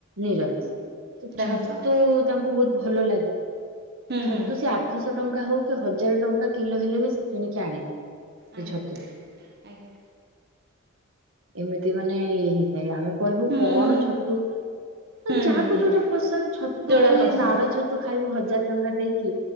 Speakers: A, on the right; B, on the right.
A: ନିରାମିଷ। ତ
B: ନିରାମିଷ
A: ଛତୁ ତାଙ୍କୁ ବହୁତ ଭଲ ଲାଗେ
B: ହୁଁ
A: ଛତୁ
B: ହୁଁ
A: ସେ ଆ ଆଠଶହ ଟଙ୍କା ହଉ କି ହଜାର ଟଙ୍କା କିଲୋ ହେଲେ ବି ସେ କିଣିକି ଆଣିବେ।
B: ଆଣିବେ
A: ସେ ଛତୁ
B: ଆଜ୍ଞା
A: ଏମିତି ମାନେ ଇଏ ହେଇଥାଏ ଆମେ କହିବୁ କଣ
B: ମୁଁ
A: ଛତୁ ଯାହା
B: ହୁଁ
A: ତାକୁ
B: ହୁଁ ହୁଁ
A: ଯୋଉଟା ପସନ୍ଦ ଛତୁ
B: ଯୋଉଟା
A: ଏଇ
B: ପସନ୍ଦ
A: ନାଡ ଛତୁ ଖାଇବୁ ହଜାର ଟଙ୍କା ଦେଇକି